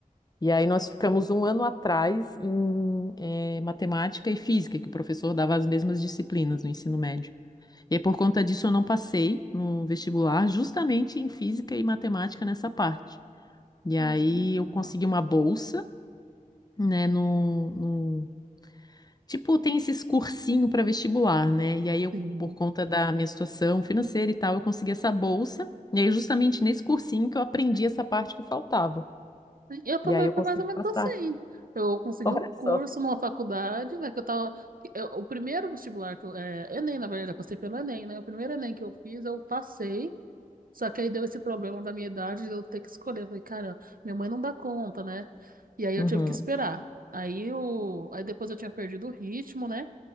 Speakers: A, on the left; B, on the right.
A: E aí nós ficamos um ano atrás em eh, matemática e física, que o professor dava as mesmas disciplinas no ensino médio. E por conta disso eu não passei no vestibular, justamente em física e matemática nessa parte. E
B: Nossa,
A: aí
B: caraca.
A: eu consegui uma bolsa, né, no, no- Tipo, tem esses cursinho para vestibular, né? E aí eu,
B: Sim.
A: por conta da minha situação financeira e tal, eu consegui essa bolsa. E aí justamente nesse cursinho que eu aprendi essa parte que faltava.
B: Eu também
A: E aí eu
B: foi
A: consegui
B: mais ou menos
A: passar.
B: assim. Eu
A: <laughs>
B: consegui
A: Olha
B: um
A: só.
B: curso numa faculdade, né, que eu tava... que eu- o primeiro vestibular que eu... É, Enem, na verdade, eu passei pelo Enem, né? O primeiro Enem que eu fiz, eu passei, só que aí deu esse problema da minha idade de eu ter que escolher. Eu falei, cara, minha mãe não dá conta, né? E aí eu
A: Uhum.
B: tive que esperar. Aí eu... Aí depois eu tinha perdido o ritmo, né?